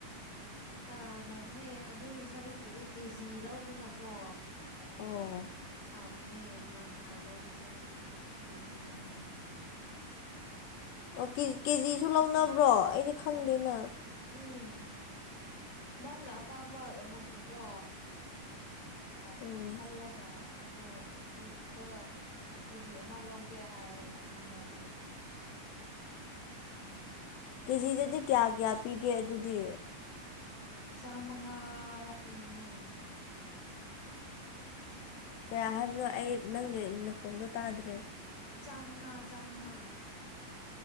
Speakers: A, on the left; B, on the left.
A: ꯇꯥꯗꯕꯅꯦ ꯑꯗꯨꯒꯤ ꯁꯔꯨꯛꯄꯨꯗꯤ ꯀꯦꯖꯤ ꯂꯧꯕꯅꯀꯣ
B: ꯑꯣ
A: ꯐꯅꯦ ꯂꯪꯈꯥꯏ ꯂꯧꯕ ꯁꯔꯨꯛꯄꯨꯗꯤ ꯀꯦꯖꯤ ꯂꯧꯕꯅ ꯐꯕꯅꯦ
B: ꯑꯣ ꯀꯦꯖꯤꯁꯨ ꯂꯧꯅꯕ꯭ꯔꯣ ꯑꯩꯗꯤ ꯈꯪꯗꯦꯅ
A: ꯎꯝ ꯅꯪꯅ ꯑꯄꯥꯝꯕ ꯃꯆꯨꯗꯣ
B: ꯎꯝ
A: ꯈꯜꯂꯒ ꯑꯗꯣ ꯀꯦꯖꯤꯗ ꯀꯦꯖꯤ ꯑꯃ ꯂꯧꯒꯦ ꯍꯥꯏꯔꯒ ꯑꯗꯨꯝ ꯂꯧꯕ ꯌꯥꯏ
B: ꯀꯦꯖꯤꯗꯗꯤ ꯀꯌꯥ ꯀꯌꯥ ꯄꯤꯒꯦ ꯑꯗꯨꯗꯤ
A: ꯆꯥꯃ ꯉꯥꯔ ꯄꯤꯕꯅꯦ
B: ꯀꯌꯥ ꯍꯥꯏꯕꯅꯣ ꯑꯩ ꯅꯪꯒꯤ ꯅꯈꯣꯟꯗꯣ ꯇꯥꯗ꯭ꯔꯦ
A: ꯆꯃꯉꯥ ꯆꯃꯉꯥ